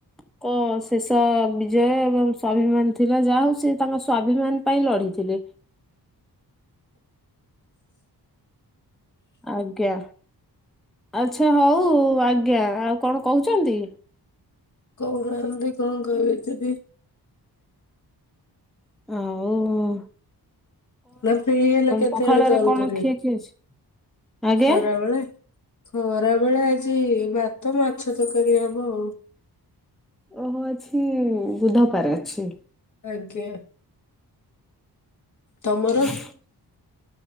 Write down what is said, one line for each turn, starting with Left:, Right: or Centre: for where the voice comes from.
Centre: ଏକ ଶେଷ ବିଜୟ ଏବଂ ସ୍ୱାଭିମାନ ଥିଲା ଯାହା ହଉ ସେ ତାଙ୍କ ସ୍ୱାଭିମାନ ପାଇଁ ଲଢ଼ିଥିଲେ। ଆଜ୍ଞା ଆଚ୍ଛା ହଉ ଆଜ୍ଞା ଆଉ କଣ କହୁଛନ୍ତି?
Left: <unintelligible>
Centre: ହଉ।
Left: ନା ଫ୍ରି ହେଲେ କେତେବେଳେ
Centre: ପଖାଳରେ
Left: କଲ
Centre: କଣ
Left: କରିବେ,
Centre: ଖିଆ ଖିଇ ଅଛି? ଆଜ୍ଞା।
Left: ଖରା ବେଳେ। ଖରା ବେଳେ ଆଜି ଭାତ ମାଛ ତରକାରୀ ହବ ଆଉ।
Centre: ଓହୋ ଅଛି ବୁଧପାର ଅଛି।
Left: ଆଜ୍ଞା। ତମର?
Centre: <unintelligible>